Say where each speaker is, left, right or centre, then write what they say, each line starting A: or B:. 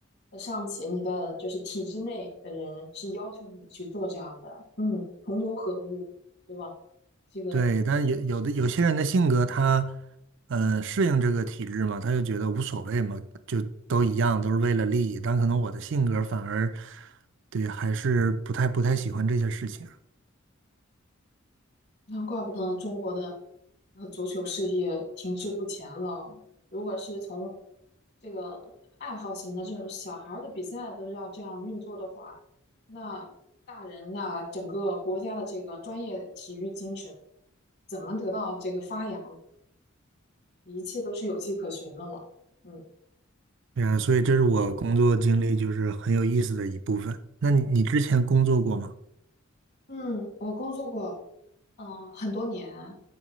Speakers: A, on the left (about 55°); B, on the right (about 65°).
A: 的上级、你的就是体制内的人是要求你去做这样的，嗯，同流合污，对吧？这个
B: 对，但有有的有些人的性格他，呃，适应这个体制嘛，他就觉得无所谓嘛，就都一样，都是为了利益。但可能我的性格反而，对，还是不太不太喜欢这些事情。
A: 那怪不得中国的呃足球事业停滞不前了。如果是从这个爱好型的这种小孩儿的比赛都要这样运作的话，那大人那整个国家的这个专业体育精神怎么得到这个发扬呢一切都是有迹可循的了。嗯
B: 对啊，所以这是我工作经历就是很有意思的一部分。那你你之前工作过吗？
A: 嗯，我工作过，嗯，很多年